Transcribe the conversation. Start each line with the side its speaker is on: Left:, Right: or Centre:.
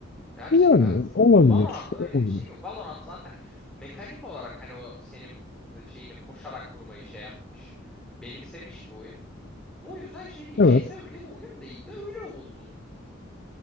Centre: Gerçekten
Left: Yani
Centre: sıkıntılı.
Left: olabilir.
Centre: Valorant'ta öyle
Left: Olabilir.
Centre: bir şey yok. Valorant zaten mekanik olarak hani o senin şeyini koşarak vurmayı şey yapmış. Benimsemiş bir oyun. O yüzden şey değil.
Left: Evet.
Centre: C S öyle bir oyun değil de öyle oldu.